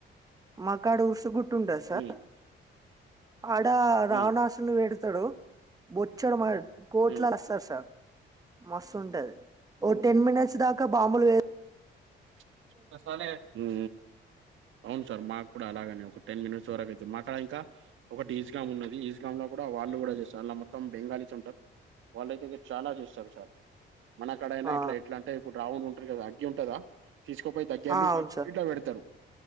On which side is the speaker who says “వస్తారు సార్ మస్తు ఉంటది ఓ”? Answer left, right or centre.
Right